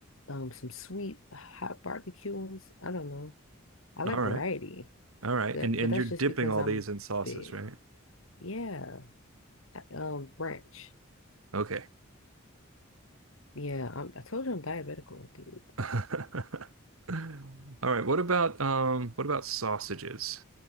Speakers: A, on the left; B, on the right.
A: um some sweet hot barbecues. I don't know. I like
B: All right.
A: variety.
B: All right.
A: That,
B: And and
A: but that's
B: you're dipping
A: just because
B: all
A: I'm
B: these in sauces,
A: big.
B: right?
A: Yeah. I- Um, ranch.
B: Okay.
A: Yeah, I'm, I told you I'm diabetical, dude.
B: <laughs> All right. What about um what about sausages?